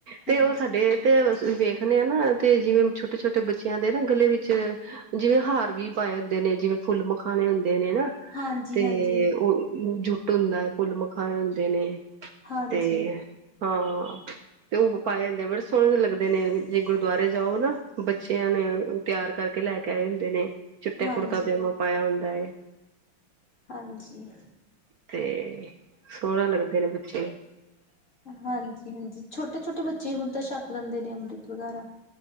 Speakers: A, on the left; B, on the right.
A: ਹਾਂਜੀ।
B: ਤੇ ਉਹ ਸਾਡੇ ਤੇਸੀਂ ਵੇਖਣੇ ਹ ਨਾ ਤੇ ਜਿਵੇਂ ਛੋਟੇ -ਛੋਟੇ ਬੱਚਿਆਂ ਦੇ ਨਾ ਗਲੇ ਵਿੱਚ ਜਿਵੇਂ ਹਾਰ ਵੀ ਪਾਏ ਹੁੰਦੇ ਨੇ ਜਿਵੇਂ ਫੁੱਲ ਮਖਾਣੇ ਹੁੰਦੇ ਨੇ ਹੈ ਨਾ
A: ਹਾਂਜੀ-ਹਾਂਜੀ,
B: ਤੇ ਉਹ ਜੁੱਟ ਹੁੰਦਾ ਫੂਲ ਮਖਾਣੇ ਹੁੰਦੇ ਨੇ
A: ਹਾਂਜੀ,
B: ਤੇ ਹਾਂ ਤੇ ਉਹ ਪਾਏ ਹੁਦੇ ਬੜੇ ਸੋਹਣੇ ਲੱਗਦੇ ਨੇ ਜੇ ਗੁਰਦੁਆਰੇ ਜਾਓ ਨਾ ਬੱਚਿਆਂ ਨੇ ਤਿਆਰ ਕਰਕੇ ਲੈ ਕੇ ਆਏ ਹੁੰਦੇ ਨੇ ਚਿੱਟੇ
A: ਹਾਂਜੀ।
B: ਕੁੜਤਾ ਪਜਾਮਾ ਪਾਇਆ ਹੁੰਦਾ ਏ
A: ਹਾਂਜੀ।
B: ਤੇ ਸੋਹਣਾ ਲੱਗਦੇ ਨੇ ਬੱਚੇ
A: ਹਾਂਜੀ- ਹਾਂਜੀ, ਛੋਟੇ- ਛੋਟੇ ਬੱਚੇ ਹੀ ਹੁਣ ਤਾਂ ਛੱਕ ਲੈਂਦੇ ਨੇ ਅੰਮ੍ਰਿਤ ਵਗੈਰਾ